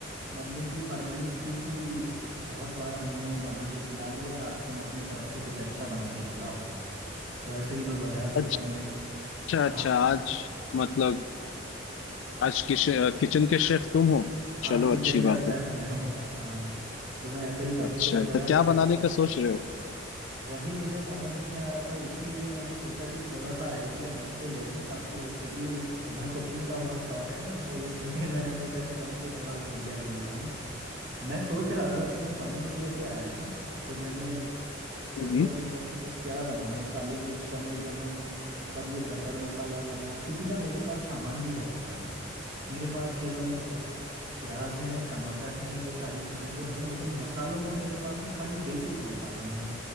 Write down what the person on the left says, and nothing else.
अच्छा
अच्छा
आज
मतलब आज किश, किचन के शेफ तुम हो
चलो
अच्छी
बात
है
अच्छा
तो
क्या बनाने का सोच रहे हो
हम्म